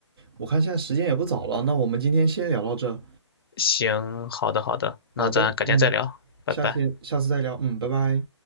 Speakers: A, on the right; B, on the left.
A: 我看现在时间也不早了，那我们今天先聊到这。
B: 行，好的好的，那咱改天再聊，
A: 好的，嗯，
B: 拜拜。
A: 下天下次再聊，嗯，拜拜。